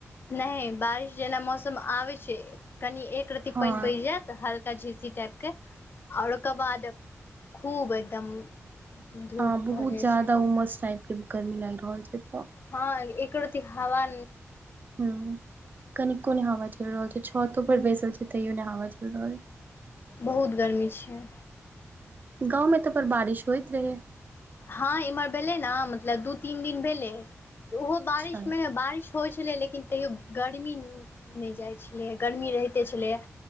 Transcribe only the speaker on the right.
हँ
ह बहुत
ज्यादा
उमस टाइप के गर्मी लागि रहल छै तऽ
हु, कनिको नहि हावा चलि रहल छै, छतो पर बैसल छी तैयो नहि हावा चलि रहल
गाँव मे तऽ बड़ बारिश होइत रहै।
अच्छा